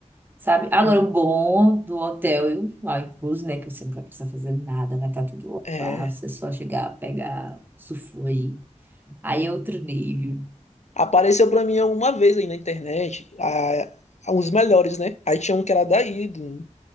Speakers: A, on the right; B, on the left.
A: sabe? Agora,
B: sim.
A: o bom do hotel, lá incluso, né, que você não vai precisar fazer nada, vai estar tudo
B: É.
A: lá, você só chegar, pegar, usufruir. Aí é outro nível.
B: Apareceu pra mim uma vez aí na internet, a, a- os melhores, né? Aí tinha um que era daí, do,